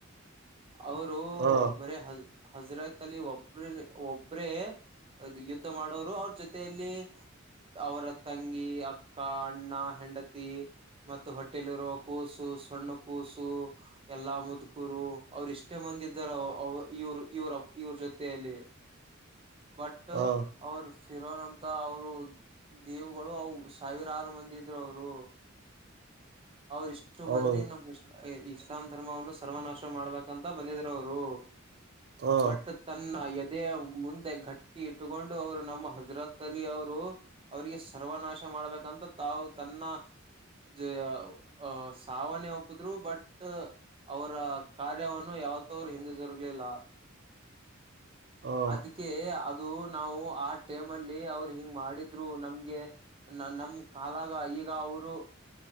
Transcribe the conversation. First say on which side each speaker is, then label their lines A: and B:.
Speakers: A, on the right; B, on the right.
A: ಅವ್ರು
B: ಹಾ
A: ಬರಿ ಹಜ ಹಜರತ್ ಅಲ್ಲಿ ಒಬ್ರ ಒಬ್ರೇ ಅದು ಯುದ್ಧ ಮಾಡೋರು ಅವ್ರ ಜೊತೆಯಲ್ಲಿ ಅವರ ತಂಗಿ ಅಕ್ಕ ಅಣ್ಣ ಹೆಂಡತಿ ಮತ್ತು ಹೊಟ್ಟೆಲಿ ಇರೊ ಕೂಸು ಸಣ್ಣ ಕೂಸು ಎಲ್ಲಾ ಮುದ್ಕೂರು ಅವ್ರು ಇಷ್ಟೇ ಮಂದಿ ಇದ್ದಾರು ಅವ ಇವ್ರ ಇವ್ರ ಇವ್ರ ಜೊತೆಯಲ್ಲಿ ಬಟ್
B: ಹಾ
A: ಅವ್ರು ಇರೋರಂತ ಅವ್ರು ದೇವುಗಳು ಅವು ಸಾವಿರ ಆರು ಮಂದಿ ಇದ್ರು ಅವ್ರು ಅವ್ರ ಇಷ್ಟು
B: ಹೌದು
A: ಮಂದಿ ನಮ್ ಇಸ್ಲಾಂ ಧರ್ಮವನ್ನು ಸರ್ವನಾಶ ಮಾಡ್ಬೇಕಂತ ಬಂದಿದರು ಅವರು
B: ಹಾ
A: ಬಟ್ ತನ್ನ ಇದೇ ಮುಂದೆ ಗಟ್ಟಿ ಇಟ್ಟುಕೊಂಡು ಅವ್ರು ನಮ್ಮ ಹಜರತ್ ಅಲ್ಲಿ ಅವ್ರು ಅವ್ರು ಸರ್ವನಾಶ ಮಾಡ್ಬೇಕಂತ ತಾವು ತನ್ನ ಜ ಅಹ ಸಾವನೆೇ ಒಪ್ಪಿದ್ರು ಬಟ್ ಅವರ ಕಾರ್ಯವನ್ನು ಯಾವತ ಅವ್ರು ಹಿಂದಸರು ಿಲ್ಲ
B: ಹಾ
A: ಅದಕ್ಕೆ ಅದು ನಾವು ಆ ಟೈಮ್ ಅಲ್ಲಿ ಅವರು ಹಿಂಗ ಮಾಡಿದ್ರು ನಮ್ಗೆ ನಮ್ ಕಾಲ ಈಗ ಅವ್ರು